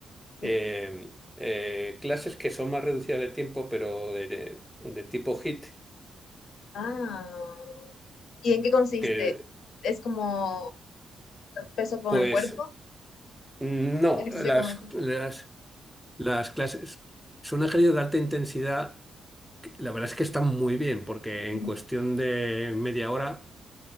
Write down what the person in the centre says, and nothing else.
eh, eh, clases que son más reducidas de tiempo, pero de, de- de tipo HIIT,
que
pues
no,
las,
las, las clases son ejercicios de alta intensidad, que la verdad es que están muy bien, porque
en cuestión de media hora